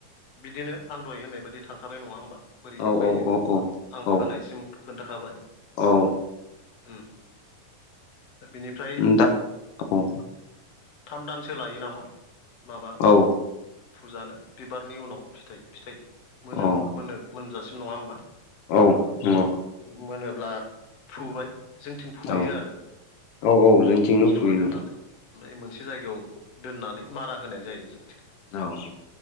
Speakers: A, on the left (about 55°); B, on the left (about 85°).
A: बिदिनो आं दहाय होननाय बायदि थांखाबाय नङा होमबा? बोरै
B: औ
A: फोयो
B: औ औ
A: आं
B: औ
A: फोनायसिम खोन्थाखाबाय
B: औ औ
A: ओम दा बिनि फ्राय
B: दा औ
A: थाम दानसो लायो नामा माबा
B: औ
A: फुजानो बिबारनि उनाव फिथाइ फिथाइ मोनो
B: औ
A: मोनो मोनजासिम नङा होमबा।
B: औ नंगौ
A: मोनोब्ला फुबाय जोंथिं फुयो
B: औ
A: आरो
B: औ औ जोंथिंबो
A: जमा
B: फुयो नोंथां
A: दोनानै। ओमफाय मोनसे जायगायाव दोननानै मारा होनाय जायो जोंथिं।
B: औ